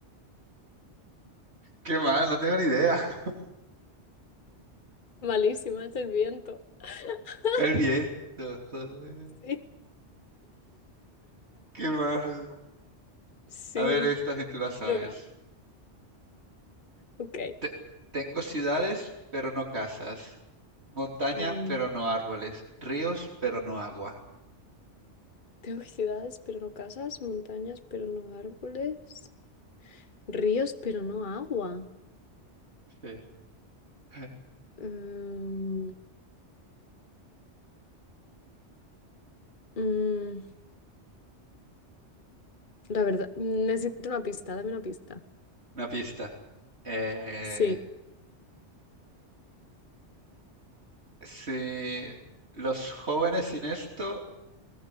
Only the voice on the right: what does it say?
qué mal, no tengo ni idea. <laughs>
El viento, joder.
Qué mal.
A ver, esta si tú la
sabes.
Te- tengo ciudades, pero no casas. Montaña,
pero no árboles. Ríos, pero no agua.
Sí. <laughs>
Una pista. Eh,
si los jóvenes sin esto